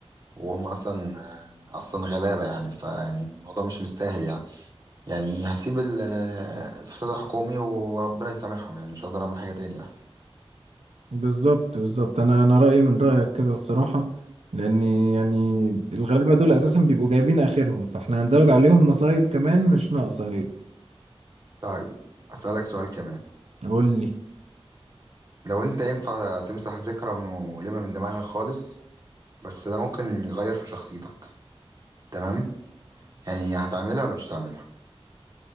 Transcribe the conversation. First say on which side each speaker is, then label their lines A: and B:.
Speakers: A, on the right; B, on the right.
A: وهم اصلا اصلا غلابه يعني فيعني الموضوع مش مستاهل يعني يعني هسيب ال- الفساد الحكومي وربنا يسامحهم يعني مش هقدر اعمل حاجه تاني يعني
B: بالظبط بالظبط انا انا رايي من رايك كده الصراحه لاني يعني الغلابه دول اساسا بيبقوا جايبين اخرهم فاحنا هنزود عليهم مصايب كمان مش ناقصه اهي
A: طيب اسالك سؤال كمان
B: قول لي
A: لو انت ينفع تمسح ذكرى مؤلمه من دماغك خالص بس ده ممكن يغير في شخصيتك تمام يعني هتعملها ولا مش هتعملها